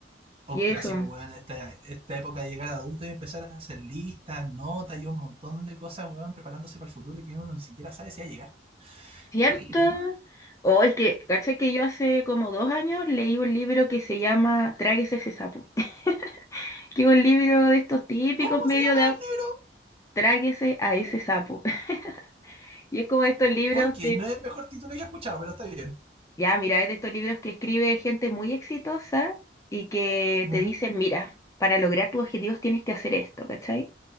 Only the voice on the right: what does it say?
Un
clásico,
weón, esta, esta época de llegar adulto y empezar a hacer listas, notas y un montón de cosas, weón, preparándose para el futuro que uno ni siquiera sabe si va a llegar.
Qué terrible, ¿no?
¿Cómo
se llama
el libro?
Ok, no es el mejor título que he escuchado, pero está bien.
Ujú.